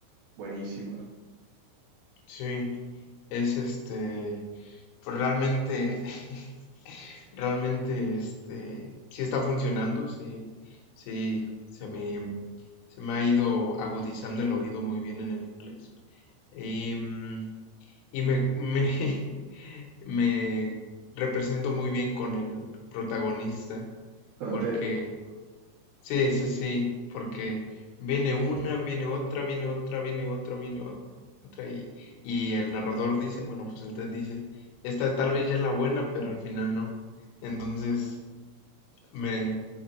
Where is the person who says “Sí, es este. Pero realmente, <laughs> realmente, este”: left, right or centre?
Left